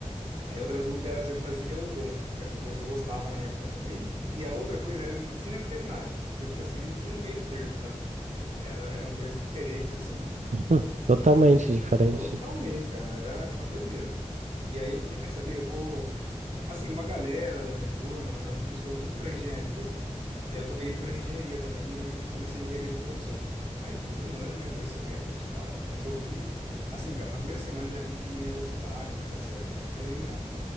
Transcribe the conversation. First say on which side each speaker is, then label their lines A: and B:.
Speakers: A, on the right; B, on the right.
A: Aí outra dúvida era se eu fazia odonto, que era uma coisa que eu gostava na época também. E a outra coisa era medicina veterinária. Então, tipo assim, não tinha um meio termo, sabe? Era, eram coisas diferentes, assim.
B: Hum, totalmente
A: E
B: diferente.
A: totalmente, cara, era uma doideira. E aí eu falei, quer saber, eu vou... Assim, uma galera da minha turma, meus amigos, foram tudo para engenharia. Aí eu acabei indo para engenharia também, e aí comecei a engenharia de produção. Aí fiz um ano, né, dois semestres e tal. Mas eu vi, assim, cara, na primeira semana eu já vi que não ia gostar, que não ia dar certo. Mas ainda